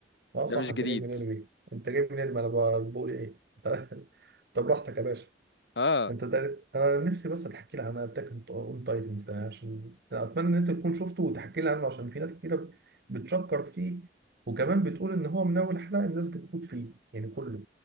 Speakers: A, on the right; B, on the left.
A: اه
B: ده
A: صح
B: مش
A: انت
B: جديد
A: جاي من انمي انت جاي من انمي انا ب- بقول ايه انت <laughs> طب براحتك يا باشا
B: اه
A: انت تق- انا نفسي بس تحكي لي عن اتاك اون تايتنز عشان أنا اتمنى ان انت تكون شفته وتحكي لي عنه عشان في ناس كتيره بتشكر فيه وكمان بتقول ان هو من اول حلقه الناس بتموت فيه يعني كله